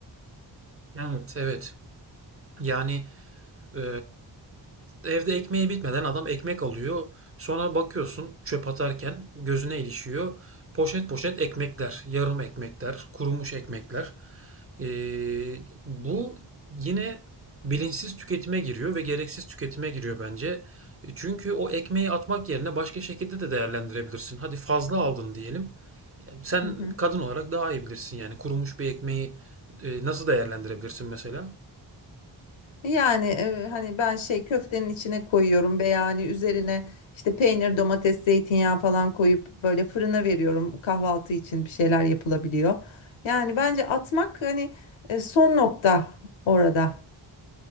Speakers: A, on the right; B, on the left.
A: Evet, evet. Yani Ee, evde ekmeği bitmeden adam ekmek alıyor. Sonra bakıyorsun çöp atarken gözüne ilişiyor. Poşet poşet ekmekler, yarım ekmekler, kurumuş ekmekler. Ee, bu yine bilinçsiz tüketime giriyor ve gereksiz tüketime giriyor bence. E, Çünkü o ekmeği atmak yerine başka şekilde de değerlendirebilirsin. Hadi fazla aldın diyelim. Yani sen
B: Hı hı.
A: kadın olarak daha iyi bilirsin yani kurumuş bir ekmeği e, nasıl değerlendirebilirsin mesela?
B: Yani e, hani ben şey köftenin içine koyuyorum veya hani üzerine işte peynir, domates, zeytinyağı falan koyup böyle fırına veriyorum. Kahvaltı için bir şeyler yapılabiliyor. Yani bence atmak hani e, son nokta orada.